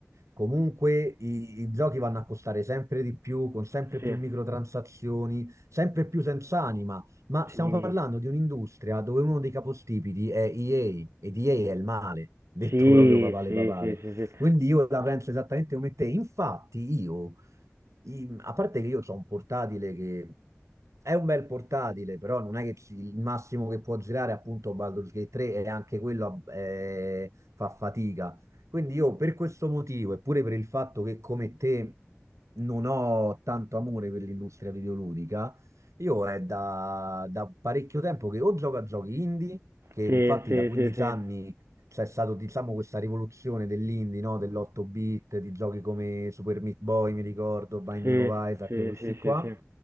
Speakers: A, on the right (about 75°); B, on the right (about 55°).
A: Comunque i, i giochi vanno a costare sempre di più, con sempre
B: sì,
A: più microtransazioni, sempre più senza anima. Ma stiamo
B: Sì.
A: parlando di un'industria dove uno dei capostipiti è EA ed EA è il male, detto
B: sì,
A: proprio papale
B: sì,
A: papale.
B: sì, sì, sì, sì,
A: Quindi io la penso esattamente come te. Infatti io, in- a parte che io ho un portatile che è un bel portatile, però non è che ci- il massimo che può girare è appunto Baldur's Gate 3 e anche quello eh, fa fatica. Quindi io per questo motivo, eppure per il fatto che come te non ho tanto amore per l'industria videoludica, io è da, da parecchio tempo che o gioco a giochi indie, che
B: sì,
A: infatti
B: sì,
A: da 15
B: sì, sì.
A: anni c'è stata, diciamo, questa rivoluzione dell'indie, no? Dell'8-bit, di giochi come Super Meat Boy, mi ricordo, Binding
B: Sì,
A: of Isaac,
B: sì,
A: questi
B: sì,
A: qua.
B: sì, sì.